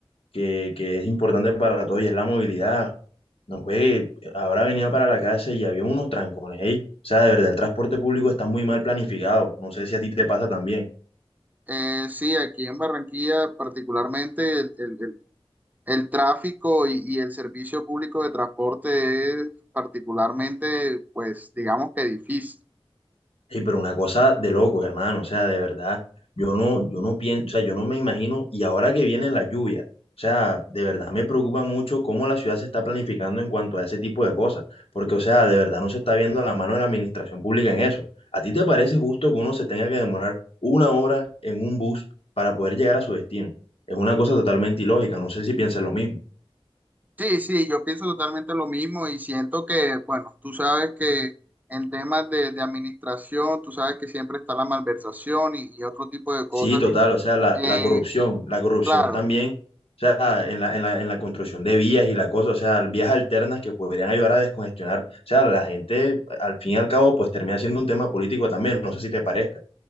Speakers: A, on the left; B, on the right.
A: que, que es importante para todos y es la movilidad. No juegue, habrá venido para la casa y había unos trancones, ey. O sea, de verdad, el transporte público está muy mal planificado. No sé si a ti te pasa también.
B: Eh, sí, aquí en Barranquilla, particularmente el, el- el- el tráfico y, y el servicio público de transporte es particularmente, pues, digamos que difícil.
A: Ey, pero una cosa de locos, hermano, o sea, de verdad, yo no, yo no pienso, o sea, yo no me imagino, y ahora que vienen las lluvias, o sea, de verdad me preocupa mucho cómo la ciudad se está planificando en cuanto a ese tipo de cosas, porque, o sea, de verdad no se está viendo la mano de la administración pública en eso. ¿A ti te parece justo que uno se tenga que demorar una hora en un bus para poder llegar a su destino? Es una cosa totalmente ilógica, no sé si piensas lo mismo.
B: Sí, sí, yo pienso totalmente lo mismo y siento que, bueno, tú sabes que en temas de, de administración, tú sabes que siempre está la malversación y, y otro tipo de cosas.
A: Sí, total, o sea, la,
B: Eh,
A: la corrupción, la corrupción
B: claro.
A: también, o sea, en la, en la, en la construcción de vías y la cosa, o sea, vías alternas que podrían ayudar a descongestionar, o sea, la gente, al fin y al cabo, pues termina siendo un tema político también, no sé si te parezca.